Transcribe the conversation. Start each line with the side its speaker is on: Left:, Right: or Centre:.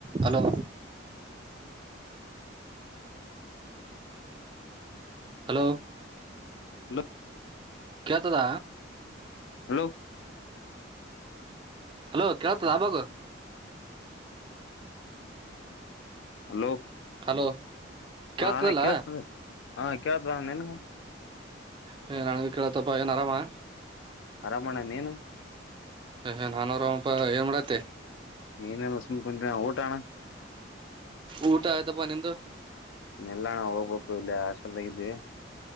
Right: Hello hello
Left: hello
Right: ಕೇಳ್ತದ
Left: hello
Right: hello ಕತ ಅಬಾಗ
Left: ಹಲೋ
Right: ಹಲೋ ಕೇಳ್ತದಲ್ಲ
Left: ಆಣ ಕೇಳ್ಸ್ತದೆ. ಹಾ ಕೇಳ್ತದ ನಿನಗ?
Right: ಹ ನನ್ಗು ಕೇಳತಪ್ಪ ಏನ್ ಆರಾಮಾ?
Left: ಆರಾಮಣ್ಣ ನೀನು
Right: ಏಹ್ ನಾನೂ ಆರಾಮಪ್ಪ ಏನ್ ಮಾಡತ್ತಿ?
Left: ಏನೆಲ್ಲ ಸುಮ್ ಕುಂತೆ ಅಣ ಊಟ ಅಣ?
Right: ಊಟ ಆಯ್ತಪ ನಿಂದು?
Left: ಇಲ್ಲಣ ಹೋಗ್ಬೇಕು ಇಲ್ಲಿ ಹಾಸ್ಟೆಲ್ದಾಗ ಇದ್ವಿ